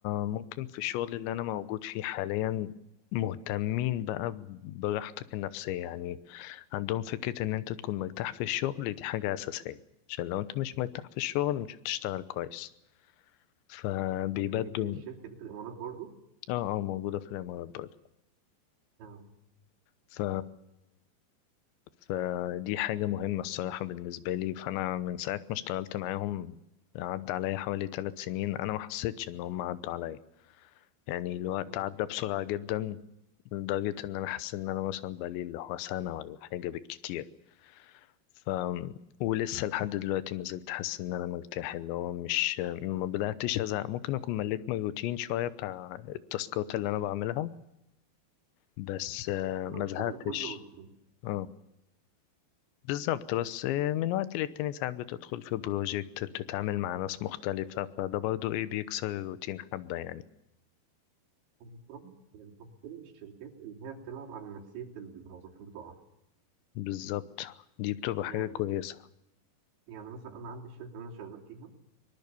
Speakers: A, on the left (about 85°); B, on the right (about 85°).
A: ممكن في الشغل اللي انا موجود فيه حاليا مهتمين بقى براحتك النفسية يعني عندهم فكرة ان انت تكون مرتاح في الشغل دي حاجة اساسية عشان لو انت مش مرتاح في الشغل مش هتشتغل كويس فبيبدوا
B: هي- هي الشركة دي في الامارات برضو
A: اه اه موجودة في الامارات برضه
B: اه
A: ف فدي حاجة مهمة الصراحة بالنسبة لي فأنا من ساعة ما اشتغلت معاهم عدى عليا حوالي ثلاث سنين أنا ما حسيتش إن هم عدوا عليا يعني الوقت
B: مم.
A: عدى بسرعة جدا لدرجة إن أنا حاسس إن أنا مثلا بقالي اللي هو سنة ولا حاجة بالكتير ف ولسه لحد دلوقتي ما زلت حاسس إن أنا مرتاح اللي هو مش ما بدأتش أزهق ممكن أكون مليت من الروتين شوية بتاع التاسكات اللي أنا بعملها بس آه،
B: هو
A: ما
B: الشغل
A: زهقتش
B: كله روتين
A: آه. بالظبط بس من وقت للتاني ساعات بتدخل في بروجكت بتتعامل مع ناس مختلفة فده برضو ايه بيكسر الروتين حبة يعني
B: أنا بصراحة يعني بحترم الشركات اللي هي بتلعب على نفسية الموظفين بتوعها
A: بالظبط دي بتبقى حاجة
B: يعني
A: كويسة
B: يعني مثلا انا عندي الشركه اللي انا شغال فيها